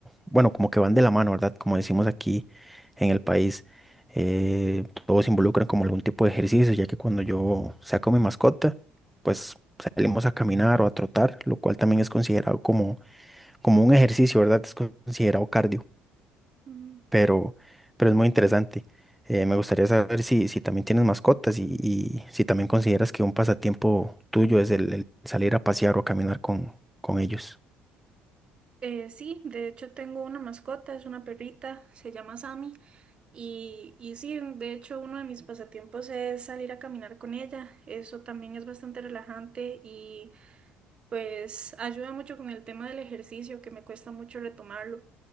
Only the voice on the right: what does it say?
Mm,
eh, sí, de hecho tengo una mascota, es una perrita, se llama Sammy y, y sí, de hecho uno de mis pasatiempos es salir a caminar con ella, eso también es bastante relajante y... Pues ayuda mucho con el tema del ejercicio, que me cuesta mucho retomarlo.